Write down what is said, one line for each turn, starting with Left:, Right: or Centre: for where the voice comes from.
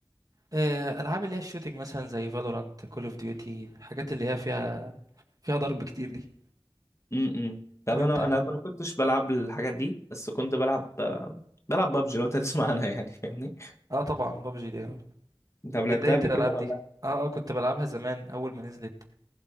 Right: آه، العاب اللي هي الشوتينج مثلا زي فالورانت كول اوف ديوتي الحاجات اللي هي فيها فيها ضرب كتير دي
Left: امم طب
Right: وانت
Left: انا انا ما كنتش بلعب الحاجات دي بس كنت بلعب بلعب بابجي لو انت <laughs> تسمع عنها يعني فاهمني
Right: اه طبعا بابجي دي آه.
Left: انت لعبتها
Right: بدايه
Left: قبل
Right: الالعاب
Left: كده ولا
Right: دي اه اه كنت بلعبها زمان اول ما نزلت